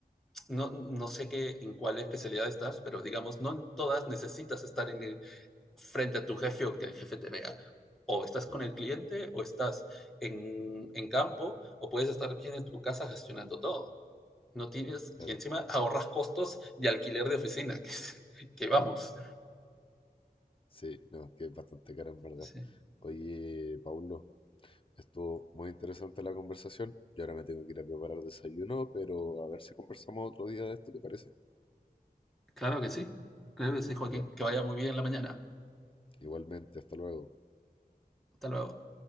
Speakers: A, in the centre; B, on the left (about 35°).
A: no, no sé qué, en cuál especialidad estás, pero digamos, no en todas necesitas estar en el- frente a tu jefe o que el jefe te vea. O estás
B: Claro,
A: con el cliente, o estás en, en campo, o puedes estar bien en tu casa gestionando todo. No tienes,
B: <laughs>
A: y encima
B: claro.
A: ahorras costos de alquiler de oficina, <laughs> que, que vamos.
B: Sí, no, que es bastante caro en verdad.
A: Sí.
B: Oye, Paulo. Estuvo muy interesante la conversación. Yo ahora me tengo que ir a preparar desayuno, pero a ver si conversamos otro día de esto, ¿te parece?
A: Claro que sí, claro que sí, Joaquín.
B: Ya, pues.
A: Que vaya muy bien la mañana.
B: igualmente, hasta luego.
A: Hasta luego.